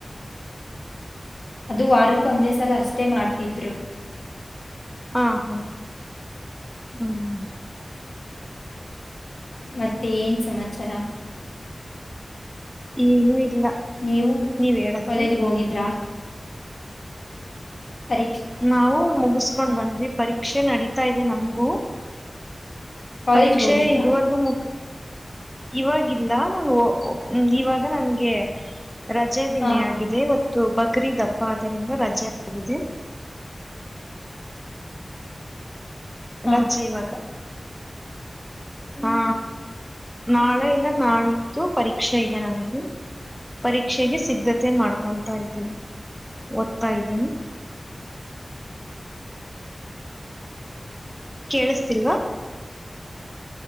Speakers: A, on the left (about 70°); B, in the centre.
A: ಅದು ವಾರಕ್ಕೊಂದೇ ಸಲ ಅಷ್ಟೇ ಮಾಡ್ತಿದ್ರು.
B: ಹಾ ಹಾ ಹ್ಮ್
A: ಮತ್ತೇನ್ ಸಮಾಚಾರ
B: ಏನು ಇಲ್ಲ
A: ನೀವು
B: ನೀವ್ ಹೇಳಿದ್ರೆ
A: ಕಾಲೇಜ್ಗೆ ಹೋಗಿದ್ರಾ ಪರೀಕ್ಷೆ
B: ನಾವು ಮುಗಸ್ಕೊಂಡ್
A: ಹ
B: ಬಂದ್ವಿ ಪರೀಕ್ಷೆ ನಡಿತಾ ಇದೆ ನಮ್ಗೂ
A: ಕಾಲೇಜ್ಗೆ
B: ಪರೀಕ್ಷೆ
A: ಹೋಗಿದ್ರಾ
B: ಇದುವರೆಗೂ ಮುಗ್ ಇವಾಗಿಲ್ಲ ನಾ ಒ ಒ ಇವಾಗ ನಂಗೆ ರಜೆ ದಿನೇ
A: ಹ
B: ಆಗಿದೆ ಇವತ್ತು ಬಕ್ರಿದ್ ಹಬ್ಬ ಆದರಿಂದ ರಜೆ ಆಗಿದೆ.
A: ಹ
B: ರಜೆ ಇವಾಗ ಹಾ ನಾಳೆ ಇಲ್ಲ ನಾಳಿದ್ದು ಪರೀಕ್ಷೆ ಇದೆ ನಮಗೆ ಪರೀಕ್ಷೆಗೆ ಸಿದ್ಧತೆ ಮಾಡ್ಕೊತಾ ಇದ್ದೀನಿ ಓದ್ತಾ ಇದ್ದೀನಿ. <unintelligible> ಕೇಳಿಸತಿಲ್ವಾ